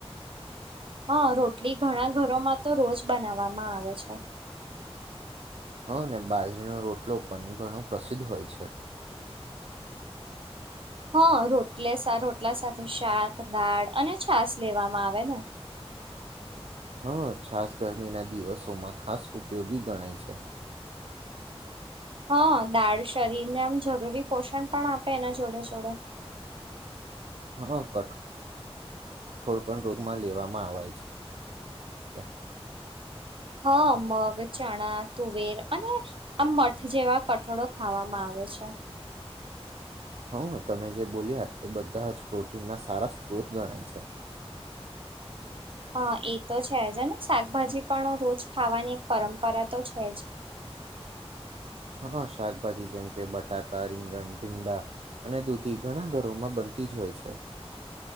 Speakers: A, on the right; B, on the right.
A: હા રોટલી ઘણા ઘરોમાં તો રોજ બનાવવામાં આવે છે,
B: હ ને બાજરીનો રોટલો પણ ઘણો પ્રસિદ્ધ હોય છે
A: હા રોટલે રોટલા સાથે શાક દાળ અને છાસ લેવામાં આવે હવે ને
B: હા છાસ ગરમીના દિવસોમાં ખાસ ઉપયોગી ગણાય છે
A: હ દાળ શરીર ને આમ જરૂરી પોષણ પણ આપ ભેના જોડ્યા જોડ્યા
B: હા કટ કોઈ પન રોગમાં લેવામાં આવેય છે
A: હા મગ ચણા તુવેર અને આમ મઠ જેવા કઠોળો ખાવામાં આવે છે અચ્છા
B: હં તમે જે બોલ્યા એ બધા જ પ્રોટીનના સારા સ્ત્રોત ગણાય છે
A: હા એ તો છેજ ને શાકભાજી પણ રોજ ખાવાની એક પરંપરા તો છે જ
B: હા શાકભાજી જેમ કે બટાકા રીંગણ ભીંડા અને દૂધી ઘણા ઘરોમાં બનતી જ હોય હો છે